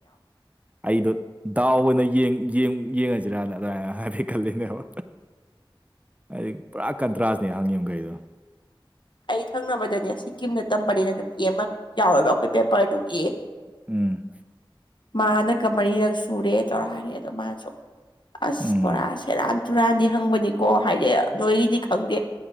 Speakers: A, on the right; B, on the left.
A: ꯑꯩꯗꯣ ꯗꯥꯎꯅꯡ ꯌꯦꯡꯉꯁꯤꯔꯥꯅ ꯑꯗꯨꯃꯥꯏꯅ ꯍꯥꯏꯗꯤ ꯈꯜꯂꯤꯅꯦꯕ ꯑꯩꯗꯤ ꯄꯨꯔꯥ ꯀꯟꯇ꯭ꯔꯥꯁꯅꯦ ꯍꯪꯉꯤꯝꯈꯩꯗꯣ
B: ꯑꯩ ꯊꯪꯅꯕꯗꯅꯦ ꯁꯤꯀꯤꯝꯗ ꯇꯝꯕꯅꯤꯅ ꯅꯨꯄꯤ ꯑꯃ ꯌꯥꯎꯋꯦꯕ ꯑꯩꯈꯣꯏ ꯄꯦꯄꯔꯗꯨꯒꯤ
A: ꯎꯝ
B: ꯃꯥ ꯍꯟꯗꯛꯀ ꯃꯔꯤꯔꯛ ꯁꯨꯔꯦ ꯇꯧꯔ ꯍꯥꯏꯔꯦ ꯑꯗꯣ ꯃꯥꯁꯨ ꯑꯁ
A: ꯎꯝ
B: ꯣꯔꯥ ꯁꯦꯔ ꯇꯨꯔꯥꯟꯗꯤ ꯍꯪꯕꯅꯤꯀꯣ ꯍꯥꯏꯗꯤ ꯅꯣꯏꯒꯤꯗꯤ ꯈꯪꯗꯦ